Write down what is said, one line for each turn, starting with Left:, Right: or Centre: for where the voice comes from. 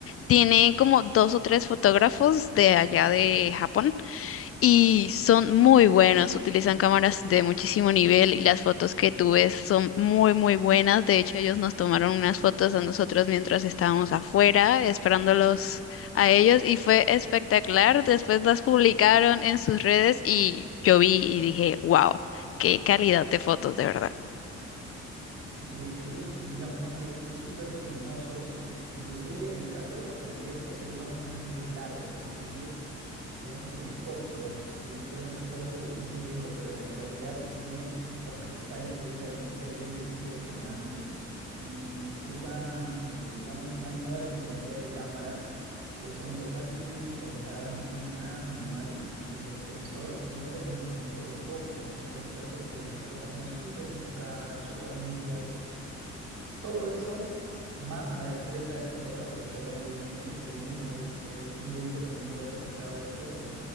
Left: tiene como dos o tres fotógrafos de allá de Japón. Y son muy buenos, utilizan cámaras de muchísimo nivel y las fotos que tú ves son muy, muy buenas. De hecho, ellos nos tomaron unas fotos a nosotros mientras estábamos afuera esperándolos a ellos y fue espectacular. Después las publicaron en sus redes y yo vi y dije, wow, qué calidad de fotos, de verdad.
Right: Sí, es que ellos utilizan unos lentes súper luminosos, inclusive en el caso de los conciertos se usan unos lentes largos, que son lentes, digamos, telescópicos, que ellos pueden hacer fotos desde muy lejos, pero la claridad que tiene los cristales que usa el- ese lente es impresionante. Y usan, eh, digamos, una nueva tecnología de cámaras que son totalmente digitalizadas, no tienen nada manual. Y el sensor tiene reconocimiento de ojo, entonces hace que las fotos salgan súper enfocadas, súper nítidas todo eso, más la destreza del fotógrafo, que seguramente tiene mucha experiencia, entonces es muy bonito cuando uno ve el resultado de esas fotos.